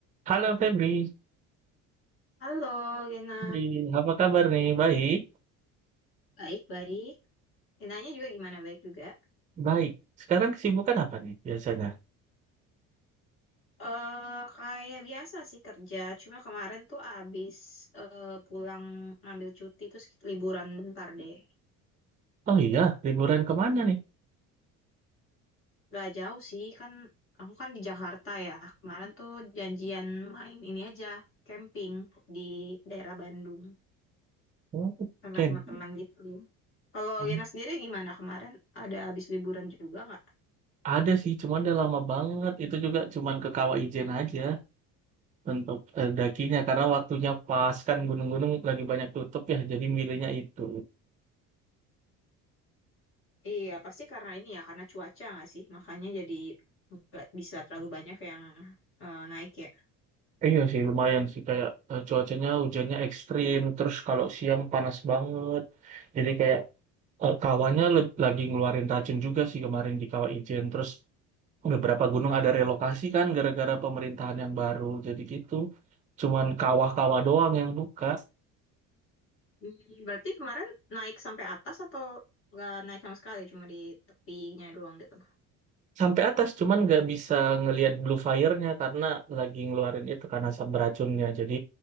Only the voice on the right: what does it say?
Halo Febri,
Hai, apa kabar nih? Baik,
baik. Sekarang kesibukan apa nih biasanya?
Oh iya, liburan kemana nih?
Oh,
Ken,
Hmm,
ada sih, cuman udah lama banget. Itu juga cuman ke Kawaijen aja untuk eh, dakinya karena waktunya pas kan gunung-gunung lagi banyak tutup ya, jadi milihnya itu.
Iya sih, lumayan sih kayak eh, cuacanya hujannya ekstrim, terus kalau siang panas banget. Jadi kayak eh, kawannya le- lagi ngeluarin racun juga sih kemarin di Kawaijen. Terus beberapa gunung ada
relokasi kan gara-gara pemerintahan yang baru jadi gitu cuman kawah-kawah doang yang buka
sampai atas cuman nggak bisa ngelihat blue fire-nya karena lagi ngeluarin itu karena asap beracunnya jadi